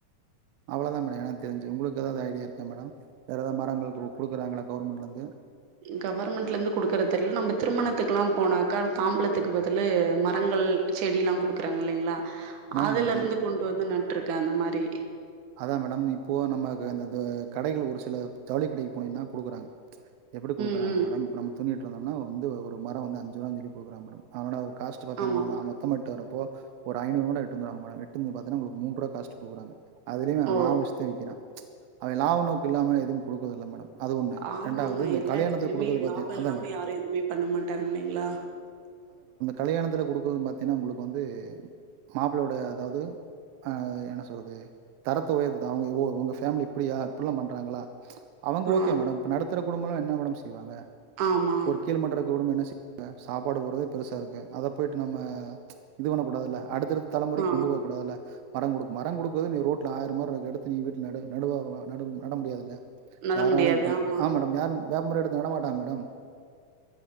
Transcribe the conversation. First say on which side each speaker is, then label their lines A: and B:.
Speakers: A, on the right; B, on the right.
A: அவ்ளோ தான் மேடம் எனக்கு தெரிஞ்சு உங்களுக்கு ஏதாவுது ஐடியா இருக்கா மேடம் வேற ஏதாவது மரங்கள் குடுக்குறாங்களா கவுர்மெண்ட்ல இருந்து
B: கவர்மெண்ட்ல இருந்து குடுக்கற தெரில நம்ப திருமணத்துக்கு எல்லா போனாக்கா தாம்பழத்துக்கு பதிலு மரங்கள் செடிலாம் குடுக்குறாங்க இல்லங்ளா
A: மேம்
B: அதுல
A: அது
B: இருந்து கொண்டு வந்து நட் டுக்கே அந்த மாரி
A: அதான் மேடம் இப்போ நமக்கு அந்த இது கடைகள் ஒரு சில ஜவுளி கடைக்களுக்கு போனீங்கனா குடுக்குறாங்க எப்டி குடுக்குறாங்க
B: ம், ம்.
A: மேடம் நம்ம துணி எடுத் வந்தம்னா வந்து ஒரு மரம் வந்து அஞ்சு ரூபான் சொல்லி குடுக்குறாங்க மேடம் அனாட காஸ்ட் பாத்தீங்னா
B: ஆமா.
A: நா மொத்தமா வரப்போ ஒரு ஐநூறு மரம் வெட்டுவாங்க மேடம் வெட்டும் போது பாத்தீங்கனா உங்களுக்கு ஒரு மூண்று ரூபா காஸ்ட் குடுறாங்க அதுலையும்
B: ஓ!
A: லாபம் வச்சு தா விக்கிறான் அவன் லாவ நோக்கு இல்லாம எதுவும் குடுக்குறது இல்ல மேடம் அது ஒண்ணு
B: ஆமா
A: ரெண்டாவது
B: ஆமா
A: இந்த
B: எல்லா
A: கல்யாணத்துல
B: இடத்துலயுமே
A: குடுக்குறது பாத்தீங்க
B: லாபம்
A: அதான்
B: இல்லாம
A: மேடம்
B: யாரும் எதுவுமே பண்ண மாட்டாங்க இல்லங்களா
A: கல்யாணத்தில குடுக்குறதுன்னு பாத்தீங்கன்னா உங்களுக்கு வந்து மாப்பிளையோட அதாது ஆ என்ன சொல்றது தரத்த உயர்த்துது அவுங்க உங்க ஃபேமிலி இப்டியா இப்டி எல்லா பண்றாங்களா அவுங்க
B: ஆ,
A: ஓகே மேடம் இப்ப நடத்துற குடும்ப எல்லா என்ன மேடம் செய்வாங்க
B: ஆமா.
A: ஒரு கீழ் மட்டம் இருக்கும் குடும்பம் என்ன செய் சாப்பாடு போடுறதே பெருசா இருக்கு அத போயிட்டு நம்ம இது பண்ணக்க கூடாதுல்ல அடுத் து தலைமுறைக்கு
B: ஆ,
A: கொண்டு போக கூடாதுல்ல மரம் குடு மரம் குடு <unintelligible> ரோட்டில ஆயிரம் மரம் இருக்கு எடுத்து நீ வீட்ல நடு நடுவ நடுவும் நடு முடியாதுல்ல
B: நட
A: யாராலயும்
B: முடியாது.
A: பண்ண
B: ஆமா,
A: ஆ மேடம் யாரும் வேப்பமரம் எடுத்து நட மாட்டாங்க மேடம்